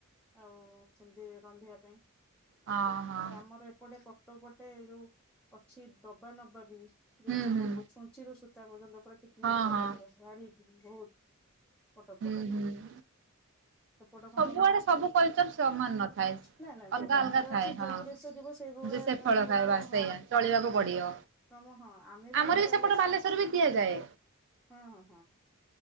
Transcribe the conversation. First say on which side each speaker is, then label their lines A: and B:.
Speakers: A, in the centre; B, on the right.
A: ଆଉ ସେମିତି ରନ୍ଧିବା ପାଇଁ।
B: ହଁ ହଁ
A: ତାପରେ ଆମର ଏପଟେ କଟପଟେ ଯୋଉ ଅଛି ଦବା ନବା ବି। ଯୋଉ
B: ହୁଁ
A: ଝିଅ
B: ହୁଁ
A: ମାନଙ୍କୁ ଛୁଞ୍ଚି ରରୁ ସୂତା ପର୍ଯ୍ୟନ୍ତ ପୁରା ଟିକିକି
B: ହଁ
A: ଦବ
B: ହଁ
A: ନ ବହୁତ। କଟକ
B: ହୁଁ
A: ପଟେ।
B: ହୁଁ
A: ସେପଟେ କଣ
B: ସବୁଆଡେ ସବୁ କଲଚର ସମାନ ନଥାଏ।
A: ନାଇଁ ନାଇଁ
B: ଅଲଗା
A: ଯୋଉ କଥାରେ
B: ଅଲଗା ଥାଏ
A: ଅଛି
B: ହଁ
A: ଯୋଉ ଦେଶ ଯିବ ସେଇଭଳିଳିଆ
B: ଯେ ସେ ଫଳ ଖାଇବା
A: <inaudible> ହଁ।
B: ସେଇଆ ଚଳିବାକୁ ପଡିବ।
A: ହମ ହଁ ଆମେ ବି
B: ଆମର
A: ଯଦି ବାଲ
B: ସେପଟ ବାଲେଶ୍ଵର ବି ଦିଆଯାଏ।
A: ହଁ ହଁ ହଁ।